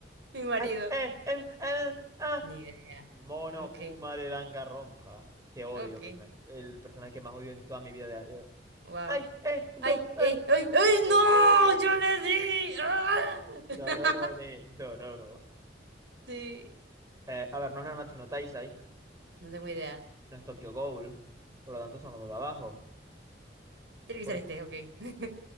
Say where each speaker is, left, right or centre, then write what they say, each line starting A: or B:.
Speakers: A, on the right; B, on the right.
A: Mi marido.
B: Ay, eh, eh, eh, ah,
A: Ni idea.
B: Mono
A: Ok,
B: Kuma de Danganronpa. Te odio,
A: ok.
B: verme- el personaje que más odio en toda mi vida. De... eh,
A: Wow.
B: ¡Ay! ¡Eh! ¡Do!
A: ¡Ay,
B: ¡Ah!
A: ay, ay, ay!
B: Dororo.
A: ¡No! ¡Yo le di! ¡Ah! <laughs>
B: Dororo de Dororo.
A: Sí.
B: Eh, a ver, no es Nanatsu no Taizai,
A: No tengo idea.
B: no es Tokyo Ghoul, por lo tanto son los dos de abajo.
A: Tiene que
B: Por
A: ser
B: este...
A: este, ok. <laughs>